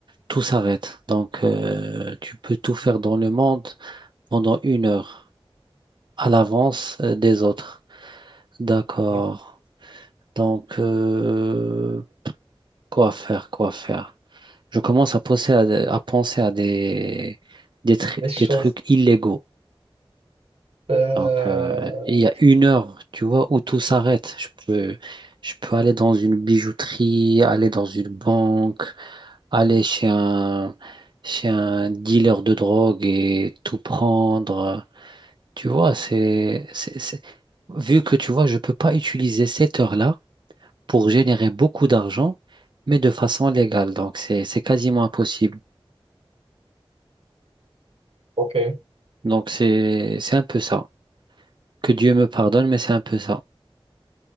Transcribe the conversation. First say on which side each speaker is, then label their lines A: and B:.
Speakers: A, on the right (about 55°); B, on the right (about 80°).
A: tout s'arrête. Donc euh, tu peux tout faire dans le monde pendant une heure à l'avance euh, des autres. D'accord.
B: Donc,
A: Donc... euh, Quoi faire, quoi faire? Je commence à penser à, à penser à des, des, tru-
B: Des choses.
A: des trucs illégaux.
B: euh,
A: Donc, euh, il y a une heure, tu vois, où tout s'arrête. Je peux, je peux aller dans une bijouterie, aller dans une banque, aller chez un, chez un dealer de drogue et tout prendre. Tu vois, c'est, c'est, c'est- vu que tu vois, je peux pas utiliser cette heure-là pour générer beaucoup d'argent, mais de façon légale. Donc, c'est, c'est quasiment impossible.
B: Ok, euh,
A: Donc, c'est, c'est un peu ça. Que Dieu me pardonne, mais c'est un peu ça.